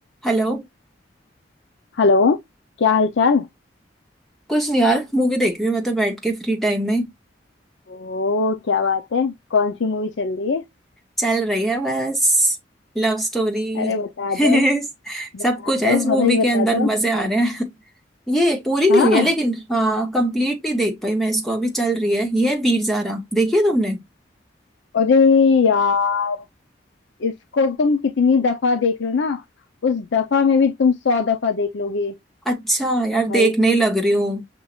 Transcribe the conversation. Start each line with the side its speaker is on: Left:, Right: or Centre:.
Centre: Hello
Left: हेलो क्या हाल चाल
Centre: कुछ नहीं यार मूवी देख रही हूँ मैं तो बैठ के फ्री टाइम में
Left: ओह क्या बात है कौन सी मूवी चल रही है
Centre: चल रही है बस लव स्टोरी
Left: अरे बता
Centre: <laughs>
Left: दो
Centre: सब
Left: बता
Centre: कुछ
Left: दो
Centre: है इस मूवी
Left: हमें भी
Centre: के
Left: बता
Centre: अंदर
Left: दो
Centre: मजे आ रहे हैं <laughs> ये पूरी
Left: हाँ
Centre: नहीं हुई है लेकिन हाँ कंप्लीट नहीं देख पाई मैं इसको अभी चल रही है ये है वीर ज़ारा देखी है तुमने
Left: अरे यार इसको तुम कितनी दफा देख लो ना उस दफा में भी तुम सौ दफा देख लोगे
Centre: अच्छा यार देखने
Left: भाई
Centre: ही लग रही हूँ